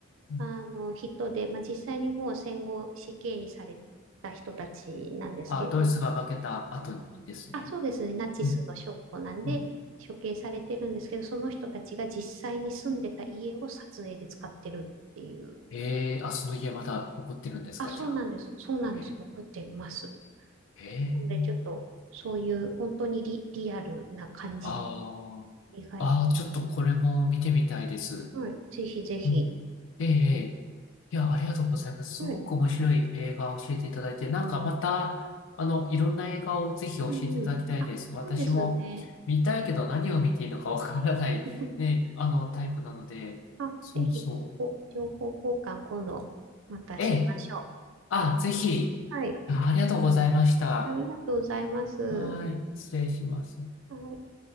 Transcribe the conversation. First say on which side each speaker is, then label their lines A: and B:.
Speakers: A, on the left; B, on the right.
A: うん。
B: あの、人で、まあ、実際にもう戦後死刑にされた人たちなんですけど、
A: あ、ドイツが負けた後にですね。
B: あ、そうですね。ナチスの将校なんで、
A: うん、うん。
B: 処刑されてるんですけど、その人たちが実際に住んでた家を撮影で使ってるっていう。
A: ええ、あ、その家まだ残ってるんですか、
B: あ、そうなんです。
A: じゃあ。
B: そうなんです。
A: ええ、
B: 残ってます。
A: ええ。
B: なので、ちょっと、そういう本当にリ、リアルな感じで、
A: ああ。
B: 意外
A: ああ、ちょっとこれも見てみたいです。
B: と。はい。ぜひぜひ。
A: うん。ええ、ええ。いや、ありがとうございます。
B: はい。
A: すごく面白い映画を教えていただいて、なんかまた、あの、いろんな映画をぜひ教えていただきたいです。
B: うんうん。あ、
A: 私も見たいけど何を見ていいのかわからない、
B: そうですね。<laughs>
A: ね、あの、タイプなので、
B: あ、
A: そうそう。
B: ぜひ、お、情報交換今度またしましょう。
A: ええ、あ、ぜひ。
B: はい。
A: あありがとうございました。
B: ありがとうございます。
A: はい、失礼します。
B: はい。